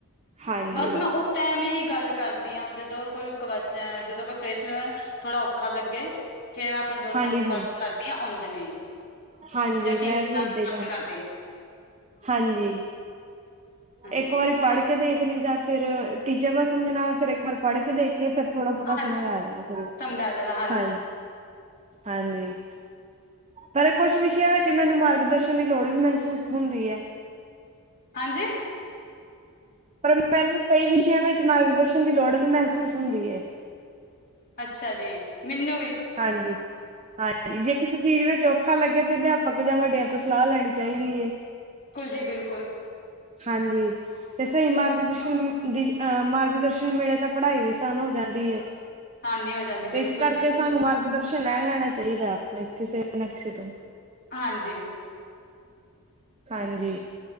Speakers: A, on the right; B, on the left.
A: ਹਾਂਜੀ।
B: ਬਸ ਮੈਂ ਉਸ ਟਾਈਮ ਹੀ ਗੱਲ ਕਰਦੀ ਹਾਂ, ਜਦੋਂ ਕੋਈ ਕਵਚਾ ਜਦੋਂ ਕੋਈ ਪ੍ਰੇਸ਼ਨ। ਥੋੜਾ ਔਖਾ ਲੱਗੇ, ਫਿਰ ਮੈਂ ਆਪਣੇ ਦੋਸਤਾਂ
A: ਹਾਂਜੀ
B: ਨਾਲ ਸੰਪਰਕ
A: ਹਾਂਜੀ
B: ਕਰਦੀ ਹਾਂ ਉਂਜਨੀ।
A: ਹਾਂਜੀ
B: ਜਾਂ
A: ਮੈਂ
B: ਟੀਚੇ
A: ਵੀ
B: ਦਾ
A: ਏਦਾਂ
B: ਸਰਕ
A: ਹੀ ਕਰਦੀ
B: ਕਰਦੇ
A: ਹਾਂਜੀ
B: ਹਾਂਜੀ
A: ਇੱਕ ਵਾਰੀ ਪੜ੍ਹ ਕੇ ਦੇਖ ਲਦਾ ਫਿਰ ਟੀਚਰ ਦਾ ਸਮਝਣਾ ਫਿਰ ਇੱਕ ਵਾਰ ਪੜ੍ਹ ਕੇ ਦੇਖ ਲਈਏ ਫਿਰ ਥੋੜਾ ਬਹੁਤਾ
B: ਹਾਂਜੀ
A: ਸਮਝ ਆ ਜਾਂਦਾ ਫਿਰ
B: ਸਮਝਾ ਜਾਣਾ
A: ਹਾਂਜੀ ਹਾਂਜੀ ਪਰ ਕੁਝ ਵਿਸ਼ਿਆਂ ਵਿੱਚ ਮੈਨੂੰ ਮਾਰਗ ਦਰਸ਼ਨ ਦੀ ਲੋੜ ਵੀ ਮਹਿਸੂਸ ਹੁੰਦੀ ਹੈ।
B: ਹਾਂਜੀ।
A: ਪਰ ਮੈਨੂੰ ਕਈ ਵਿਸ਼ਿਆਂ ਵਿੱਚ ਮਾਰਗਦਰਸ਼ਨ ਦੀ ਲੋੜ ਵੀ ਮਹਿਸੂਸ ਹੁੰਦੀ ਹੈ।
B: ਅੱਛਾ ਜੀ, ਮੈਨੂੰ ਵੀ।
A: ਹਾਂਜੀ। ਹਾਂਜੀ, ਜੇ ਕਿਸੇ ਚੀਜ਼ ਵਿੱਚ ਔਖਾ ਲੱਗੇ ਤੇ ਅਧਿਆਪਕ ਜਾਂ ਵੱਡਿਆਂ ਤੋਂ ਸਲਾਹ ਲੈਣੀ ਚਾਹੀਦੀ ਹੈ।
B: ਬਿਲਕੁਲ ਜੀ ਬਿਲਕੁਲ।
A: ਹਾਂਜੀ। ਤੇ ਸਹੀ ਮਾਰਗ ਦਰਸ਼ਨ ਮ-ਦੀ-ਅ-ਮਾਰਗ ਦਰਸ਼ਨ ਮਿਲੇ ਤਾਂ ਪੜ੍ਹਾਈ ਵੀ ਆਸਾਨ ਹੋ ਜਾਂਦੀ ਹੈ।
B: ਆਸਾਨੀ ਹੋ ਜਾਂਦੀ
A: ਤੇ,
B: ਬਿਲਕੁਲ
A: ਇਸ ਕਰਕੇ
B: ਜੀ
A: ਸਾਨੂੰ ਮਰ- ਪ੍ਰਦਰਸ਼ਨ ਲੈਣ ਲੈਣਾ ਚਾਹੀਦਾ, ਆਪਣੇ ਕਿਸੇ ਨਾ ਕਿਸੇ ਤੋਂ।
B: ਹਾਂਜੀ ਵੀ।
A: ਹਾਂਜੀ,